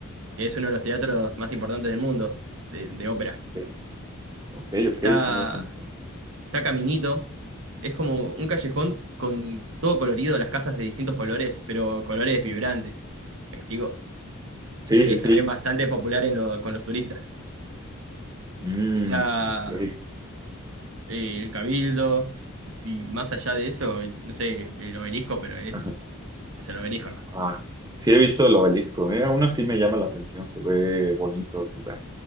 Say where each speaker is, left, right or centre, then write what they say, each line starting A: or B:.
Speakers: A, on the right; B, on the right.
A: que es uno de los teatros más importantes del mundo, de, de ópera.
B: Ok, ok,
A: Está,
B: ok, eso no lo conocí.
A: está Caminito, es como un callejón con todo colorido, las casas de distintos colores, pero colores vibrantes. ¿Me explico?
B: Sí,
A: que
B: sí,
A: es
B: sí.
A: también bastante popular en lo- con los turistas.
B: Mm,
A: Está
B: ok.
A: eh, el Cabildo, y más allá de eso, no sé, el obelisco, pero es,
B: <laughs>
A: es el obelisco nomás.
B: Ah, sí he visto el obelisco, eh, Aún así me llama la atención, se ve bonito el lugar.